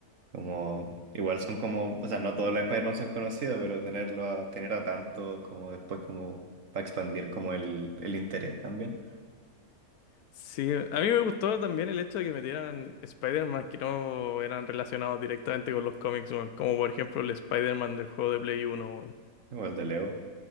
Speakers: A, on the right; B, on the left.
A: Como, igual son como, o sea, no todos los Spider-Man son conocidos, pero tenerlo a, tener a tanto como después como para expandir como el, el interés también.
B: Sí, a mí me gustó también el hecho de que metieran Spider-Man que no eran relacionados directamente con los cómics, weón. Como por ejemplo el Spider-Man del juego de Play uno, weón.
A: Igual de Leo.